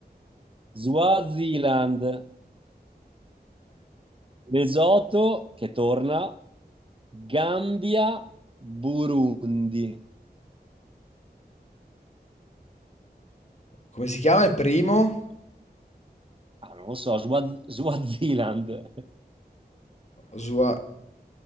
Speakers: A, on the right; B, on the left.
A: Swaziland, <laughs> Lesotho che torna, Gambia, Burundi.
B: come si chiama il primo?
A: Ah, non lo so, Swaz- Swaziland.
B: Osua...